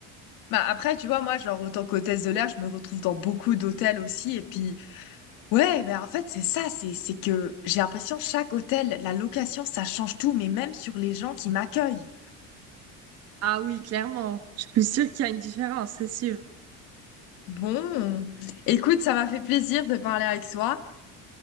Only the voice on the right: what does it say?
Ah oui, clairement. Je suis sûre qu'il y a une différence, c'est sûr.